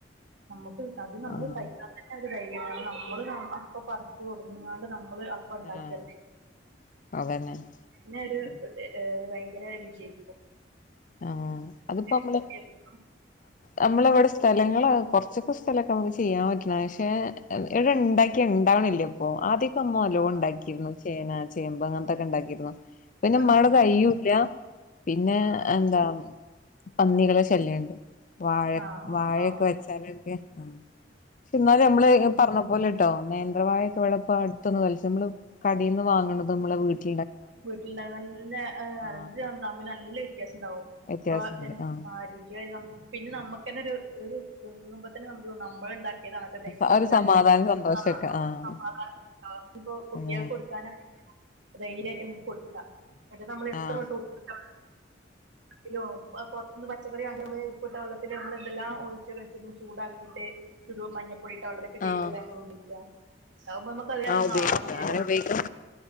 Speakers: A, on the right; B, on the left.
A: നമുക്ക് അത് നമ്മുക്ക്
B: ആഹ്
A: കഴിക്കാൻ തന്നെ <inaudible> നമ്മള് അപ്പൊ പറിച്ചു കൊടുന്നോണ്ട്മ്മ നമ്മള് അപ്പ ഉണ്ടാക്കല്ലെ
B: ആഹ് അതന്നെ
A: പിന്നെ ഒരു ഭയങ്കര രുചിയാരിക്കും
B: ആ അതിപ്പോ നമ്മള്
A: കൃഷിയായിരുന്നോ
B: നമ്മളവിടെ സ്ഥല ലങ്ങള് കൊറച്ചൊക്കെ സ്ഥലമൊക്കെ നമുക്ക് ചെയ്യാൻ പറ്റുന്നതാ പക്ഷെ ഇവിടെ ഉണ്ടാക്കിയാ ഉണ്ടാവണില്ല്യ ഓ ആദ്യക്കെ മ്മ നല്ലോ
A: ആഹ്
B: ഉണ്ടാക്കിയിരുന്നു ചേന ചേമ്പ് അങ്ങനത്തൊക്കെ ഉണ്ടാക്കിരുന്നു പിന്നെ മ്മള്
A: ആഹ്
B: കഴിയൂല്ല പിന്നെ
A: ആഹ് അപ്പൊ
B: എന്താ പന്നികളെ ശല്യമുണ്ട് വാഴ
A: ആഹ്
B: വാഴയൊക്കെ
A: ആഹ്
B: വെച്ചാലൊക്കെ
A: ആഹ്
B: ആ പക്ഷെ എന്നാല് നമ്മള് പറഞ്ഞ പോലെ ഇ ട്ടോ നേന്ത്രവായക്കെ ഇവടപ്പോ അടുത്തൊന്ന് കൊലച്ച് മ്മളള് കടേന്ന് വാങ്ങണതും മ്മള് വീട്ടി
A: വീട്ടിലിണ്ടായ നല്ല എ
B: ആഹ്
A: രണ്ടും തമ്മില് നല്ല വ്യത്യാസം ഇണ്ടാവും
B: വ്യത്യാസണ്ട്
A: ഇപ്പൊ എ്
B: ആഹ്
A: ആ രുചിയായത് തമ്മിൽ പിന്നെ നമ്മ ക്ക് ന്നെരു ഒരു ഉണ്ണുമ്പോ തന്നെ നമുക്ക് തോന്നുംനമ്മള് ഉണ്ടാ ക്കിത് അവൻ്റെ പ്ലേറ്റില്
B: ഒരു
A: നല്ല
B: സമാധാനം സന്തോഷൊക്കെ
A: <unintelligible>
B: ആഹ്
A: ത്പ്പോകുട്ടികൾക്ക്
B: ഉം
A: കൊടുക്കാനാണെങ്കിലും ധൈര്യായിട്ട് ന്നെ കൊടുക്കാം മറ്റേത് നമ്മള് എത്ര
B: ആഹ്
A: കൊടുത്താലും ത്തിലും അ പൊറത്തുന്ന് പച്ചക്കറി വാങ്ങി ഞമ്മള് ഉപ്പിട്ട വെള്ളത്തില് മ്മള് എന്തെല്ലാം ഒഴിച്ച് കഴിച്ച് ചൂടാക്കിട്ട് ഒരു മഞ്ഞ പൊടീട്ട വെള്ളത്തി കെയ്കില്ലേ
B: ആഹ്
A: ഞമ്മള് ഉപയോഗിക്ക ഇതാവുമ്പോ മ്മക്ക് അതിലേ
B: ആഹ്
A: ഒന്നും
B: ഉപയോഗിക്ക
A: ആവശ്യല്ല
B: അങ്ങനെ ഉപയോഗിക്കാം